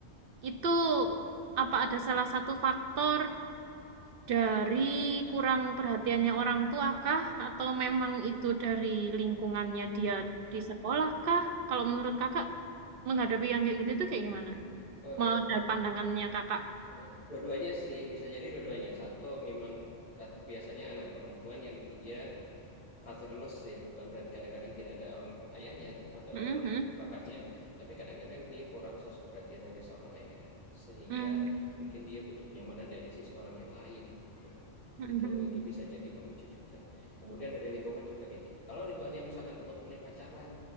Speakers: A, on the right (about 55°); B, on the left (about 40°).
A: itu apa ada salah satu faktor dari kurang perhatiannya orang tua kah? Atau memang itu dari lingkungannya dia di sekolah kah? Kalau menurut kakak, menghadapi yang kayak gitu itu kayak gimana?
B: Eh,
A: Mau ada pandangannya kakak?
B: eh, dua-duanya sih bisa jadi dua-duanya satu memang kat- biasanya anak perempuan yang dia fatherless ya, bukan berarti kadang-kadang tidak ada orang ayahnya atau
A: Mhm.
B: orang bapaknya, tapi kadang-kadang dia kurang sosok perhatian dari seorang ayah, sehingga
A: Mhm.
B: mungkin dia butuh nyamanan dari sisi orang yang lain gitu.
A: Mhm.
B: Itu itu bisa jadi pemicu juga. Kemudian dari lingkungan juga kayak gitu. Kalau lingkungannya misalkan teman-temannya pacaran,